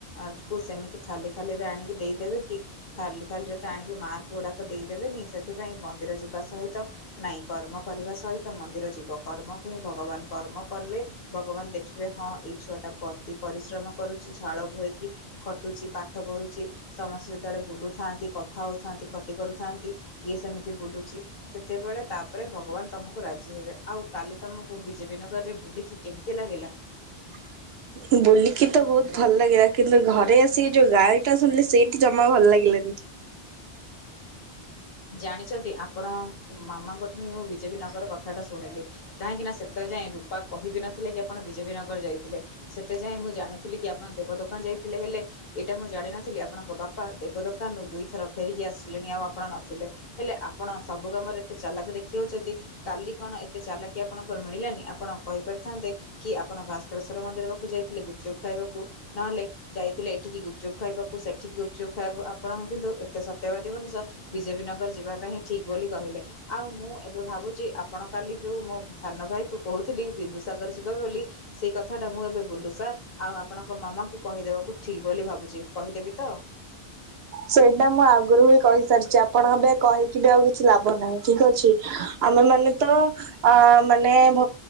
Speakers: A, on the left; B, on the right.
A: ଆର୍ଥ କୁ ସେମିତି ଖାଲି ଖାଲି ରେ ଆଣିକି ଦେଇଦେବେ କି? ଖାଲି ଖାଲିରେ ତ ଆଣିକି ମାର୍କ ଗୁଡାକ ଦେଇଦେବେନି ସେଥିପାଇଁ ମନ୍ଦିର ଯିବା ସହିତ ନାଇଁ କର୍ମ କରିବା ସହିତ ମନ୍ଦିର ଯିବ କର୍ମକୁ ହିଁ ଭଗବାନ କର୍ମ କଲେ ଭଗବାନ ଦେଖିବେ ହଁ ଏଇ ଛୁଆ ଟାକୁ ଅତି ପରିଶ୍ରମ କରୁଛି ଝାଳ ବୁହାଇକି ଖଟୁଚି ପାଠ ପଢୁଛି ସମସ୍ତେ ଯେତେବେଳେ ବୁଲୁଥାନ୍ତି କଥା ହଉଥାନ୍ତି ଖଟି କରୁଥାନ୍ତି ଇଏ ସେମିତି ବୁଲୁଚି ସେତେବେଳେ ତାପରେ ଭଗବାନ୍ ତମକୁ ରାଜି ହେବେ, ଆଉ କାଲି ତମକୁ ବିଜେପି ନଗରରେ ବୁଲିକି କେମିତି ଲାଗିଲା?
B: <inaudible> ବୁଲିକି ତ ବହୁତ୍ ଭଲ୍ ଲାଗିଲା କିନ୍ତୁ ଘରେ ଆସିକି ଯୋଉ ଗାଳି ଟା ଶୁଣିଲି ସେଇଠି ଜମା ଭଲ୍ ଲାଗିଲାନି।
A: ଜାଣିଛନ୍ତି ଆପଣ ମାମାଙ୍କଠୁ ହିଁ ମୁଁ ବିଜେପି ନଗର କଥାଟା ଶୁଣିଲି। କାହିଁକି ନା ସେତବେଳେ ଯାଏଁ ରୂପା କହିବି ନଥିଲେ କି ଆପଣ ବିଜେପି ନଗର ଯାଇଥିଲେ। ସେତେ ଯାଏଁ ମୁଁ ଜାଣୁଥିଲି କି ଆପଣ ଦେବ ଦୋକାନ ଯାଇଥିଲେ ହେଲେ ଏଇଟା ମୁଁ ଜାଣିନଥିଲି ଆପଣଙ୍କ ବାପା ଦେବ ଦୋକାନରୁୁ ଦୁଇଥର ଫେରିକି ଆସିଲେଣି ଆଉ ଆପଣ ନ ଥିଲେ ହେଲେ ଆପଣ ସବୁ କାମରେ ଏତେ ଚାଲାକ୍ ଦେଖେଇ ହଉଚନ୍ତି, କାଲି କଣ ଏତେ ଚାଲାକ୍ କି ଆପଣଙ୍କର ମିଳିଲାନି ଆପଣ କହିପାରିଥାନ୍ତେ କି ଆପଣ ଭାସ୍କରେଶ୍ଵର ମନ୍ଦିର ପାଖକୁ ଯାଇଥିଲେ ଗୁପଚୁପ୍ ଖାଇବାକୁ ନହେଲେ ଯାଇଥିଲେ ଏଠିକି ଗୁପଚୁପ୍ ଖାଇବାକୁ ସେଠିକି ଗୁପଚୁପ୍ ଖାଇବାକୁ ଆପଣଙ୍କୁ କିନ୍ତୁ ଏତେ ସତ୍ୟବାଦୀ ମଣିଷ ବିଜେପି ନଗର ଯିବାଟା ହିଁ ଠିକ୍ ବୋଲି କହିଲେ। ଆଉ ମୁଁ ଏବେ ଭାବୁଚି ଆପଣ କାଲି ଯୋଉ ମୋ ସାନ ଭାଇ କୁ କହୁଥିଲି ବିନ୍ଦୁସାଗର ଯିବା ବୋଲି। ସେଇ କଥାଟା ମୁଁ ଏବେ ବୁଲୁ ସାର୍ ଆଉ ଆପଣଙ୍କ ମାମାଙ୍କୁ କହିଦେବାକୁ ଠିକ୍ ବୋଲି ଭାବୁଚି, କହିଦେବି ତ?
B: ସେଇଟା ମୁଁ ଆଗରୁ ହିଁ କହିସାରିଚି, ଆପଣ ଏବେ କହିକି ବି ଆଉ କିଛି ଲାଭ ନାହିଁ ଠିକ୍ ଅଛି। ଆମେମାନେ ତ ଅ ମାନେ ଭ